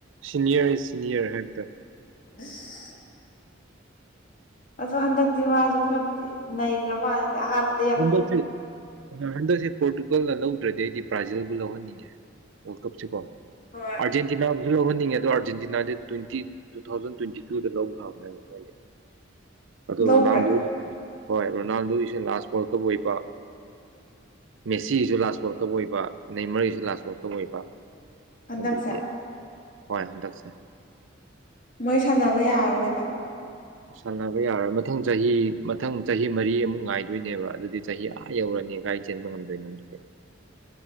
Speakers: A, on the right (about 75°); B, on the left (about 45°).
A: ꯁꯦꯅꯤꯌꯔ ꯏꯁ ꯁꯦꯅꯤꯌꯔ ꯍꯥꯏꯕꯗꯣ
B: <unintelligible> ꯑꯗꯣ ꯍꯟꯗꯛꯇꯤ ꯃꯥꯖꯨ ꯈꯔꯗꯤ ꯅꯩꯒ꯭ꯔ ꯃꯥꯜꯂꯗ ꯑꯍꯥꯟꯕ
A: <unintelligible> ꯍꯟꯗꯛꯁꯦ ꯄꯣꯔ꯭ꯇꯨꯒꯥꯜꯅ ꯂꯧꯗ꯭ꯔꯗꯤ ꯑꯩꯗꯤ ꯕ꯭ꯔꯥꯖꯤꯜꯕꯨ ꯂꯧꯍꯟꯅꯤꯡꯉꯦ ꯋꯥ꯭ꯔꯜ ꯀꯞꯁꯤꯀꯣ
B: ꯍꯣꯏ
A: ꯑꯔꯖꯦꯟꯇꯤꯅꯥꯕꯨꯁꯨ ꯂꯧꯍꯟꯅꯤꯡꯉꯦ ꯑꯗꯣ ꯑꯔꯖꯦꯟꯇꯤꯅꯥꯗꯤ ꯇ꯭ꯋꯦꯟꯇꯤ ꯇꯨ ꯊꯥꯎꯖꯟ ꯇ꯭ꯋꯦꯟꯇꯤ ꯇꯨꯗ ꯂꯧꯈ꯭ꯔꯕꯅꯦꯕ ꯃꯣꯏꯗꯤ
B: <inaudible>
A: ꯑꯗꯣ
B: ꯂꯧꯈ꯭ꯔꯦ
A: ꯔꯣꯅꯥꯜꯗꯣ ꯍꯣꯏ ꯔꯣꯅꯥꯜꯗꯣꯒꯤꯁꯦ ꯂꯥꯁ ꯋꯥꯔꯜ ꯀꯞ ꯑꯣꯏꯕ ꯃꯦꯁꯤꯒꯤꯁꯨ ꯂꯥꯁ ꯋꯥꯔꯜ ꯀꯞ ꯑꯣꯏꯕ ꯅꯦꯃꯔꯒꯤꯁꯨ ꯂꯥꯁ ꯋꯜꯔ ꯀꯞ ꯑꯣꯏꯕ
B: ꯍꯟꯗꯛꯁꯦ
A: ꯑꯗꯨꯒꯤ ꯍꯣꯏ ꯍꯟꯗꯛꯁꯦ
B: ꯃꯣꯏ ꯁꯥꯟꯅꯕ ꯌꯥꯔꯔꯣꯏꯕ
A: ꯁꯥꯟꯅꯕ ꯌꯥꯔꯣꯏ ꯃꯊꯪ ꯆꯍꯤ ꯃꯊꯪ ꯆꯍꯤ ꯃꯔꯤ ꯑꯃꯨꯛ ꯉꯥꯏꯗꯣꯏꯅꯦꯕ ꯑꯗꯨꯗꯤ ꯆꯍꯤ ꯑꯥ ꯌꯧꯔꯅꯤ ꯀꯥꯏꯗꯩ ꯆꯦꯟꯕ ꯉꯝꯗꯣꯏꯅꯣ ꯑꯗꯨꯗꯤ